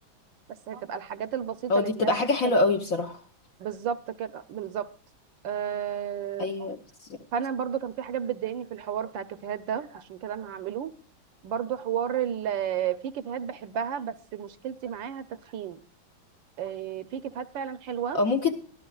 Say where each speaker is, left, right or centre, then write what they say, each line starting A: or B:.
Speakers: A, on the right (about 70°); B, on the left (about 55°).
A: بس هتبقى الحاجات البسيطه
B: اه
A: اللي
B: دي
A: الناس
B: بتبقى حاجه
A: بتحتاجها
B: حلوه قوي بصراحه
A: بالظبط كده بالظبط أه
B: ايوه بالظبط
A: فانا برضو كان في حاجات بتضايقني في الحوار بتاع الكافيهات ده عشان كده انا هعمله برضو حوار ال- آه، في كافيهات بحبها بس مشكلتي معاها التدخين آه، في كافيهات فعلا حلوة
B: آه، ممكن